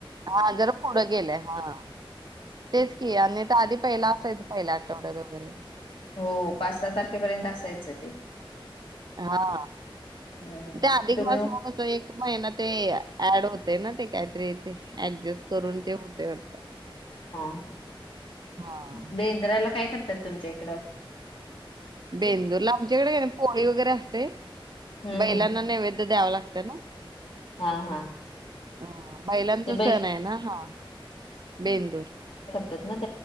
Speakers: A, on the right (about 50°); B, on the left (about 70°).
A: हा जरा पुढं गेलेय. हा. तेच की आणि तर आधी पहिला असायचं पहिल्या आठवड्यात वगैरे
B: हो. पाच सहा तारखेपर्यंत असायचं ते
A: हा.
B: हम्म हम्म
A: ते
B: हम्म.
A: अधिक
B: तुम्ही
A: मास मुळ तो एक महिना ते ऍड होतो होतयना ते काहीतरी ऍडजस्ट करून ते हूतय वाटत
B: हा.
A: हा
B: ह बेंद्राला काय करता? तुमच्या इकडं
A: बेंदूर ला आमच्याकडे पोळी वगैरे असते.
B: हम्म
A: बैलांना
B: हम्म
A: नैवेद द्यावं लागत ते ना
B: हा हा
A: हा बैलांचा
B: ते बै
A: सण आहे ना हा बेंदूर
B: रतनईत